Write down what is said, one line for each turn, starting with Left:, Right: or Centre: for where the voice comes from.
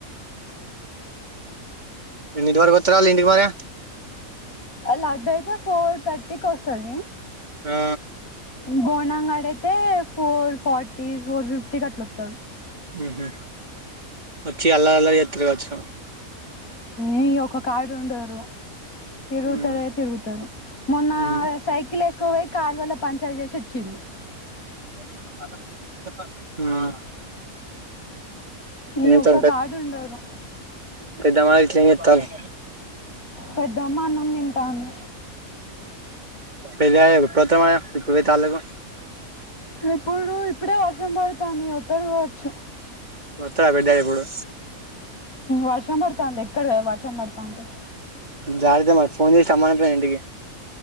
Right: ఎన్నింటి వరకువత్తరాల్లు ఇంటికి మరె
Left: లడ్డయితే ఫోర్ థర్టీకి వస్తది
Right: ఆ
Left: బోండం గాడు అయితే ఫోర్ ఫార్టీ ఫోర్ ఫిఫ్టీకి అట్ల వొత్తడు
Right: ఉహు వచ్చి అల్లరల్లారి చేత్తారు కావొచ్చు
Left: ఏ ఇగ ఒక కాడ ఉండరు తిరుగుతారే
Right: ఉమ్
Left: తిరుగుతారు మొన్న
Right: ఉమ్
Left: సైకిల్ వేసుకోపోయి కాలువల పంచర్ చేసి ఓచిల్లూ
Right: ఆ
Left: ఈ
Right: ఏంటో
Left: ఒక్క కాడుండారు
Right: పెద్దమ్మ గిట్ల ఏం చెత్తల్లు
Left: పెద్దమ్మ అన్నం తింటాంది
Right: పెద్దడాడ్ అప్పుడు ఒత్తండు మరి ఇప్పుడు వోయి తాళ్లకు
Left: ఇప్పుడు ఇప్పుడే వర్షం పడుతాంది ఒత్తాడు కావచ్చు
Right: వత్తడా పెద్ద ఇప్పుడు
Left: వర్షం పడుతాంది ఎక్కడు కదా వర్షం పడుతంటే
Right: జారత మరి ఫోన్ చేసి రమ్మనకపోయినవ్ ఇంటికి